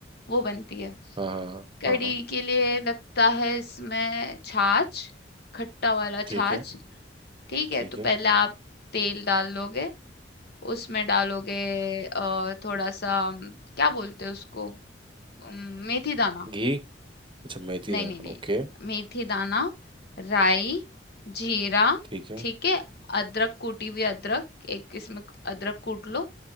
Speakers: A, on the left; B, on the right.
A: वो बनती है
B: हाँ हाँ
A: कड़ी
B: हाँ हाँ हाँ,
A: के लिए लगता है इसमें छाछ खट्टा वाला
B: ठीक
A: छाछ
B: है
A: ठीक है
B: ठीक
A: तो
B: है
A: पहले आप तेल डाल लोगे उसमें डालोगे अ, थोड़ा सा अम, क्या बोलते हैं उसको अम, मेथी दाना
B: घी अच्छा मेथी
A: नहीं
B: दाल
A: नहीं नहीं
B: ओके
A: मेथी दाना राई जीरा
B: ठीक है
A: ठीक है अदरक कूटी हुई अदरक एक इसमें अदरक कूट लो